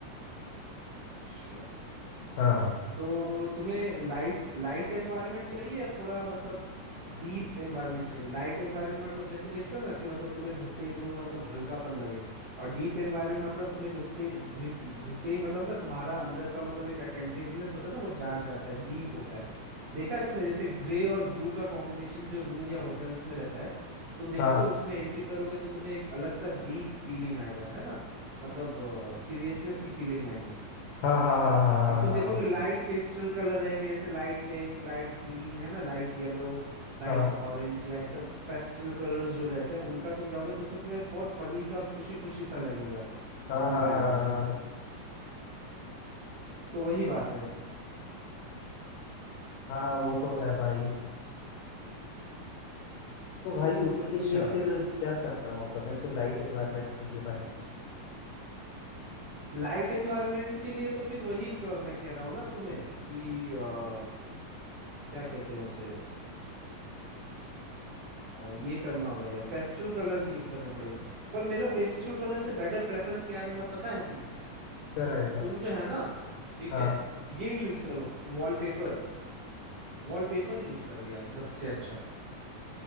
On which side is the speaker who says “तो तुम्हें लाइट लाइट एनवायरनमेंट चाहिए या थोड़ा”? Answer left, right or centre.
Right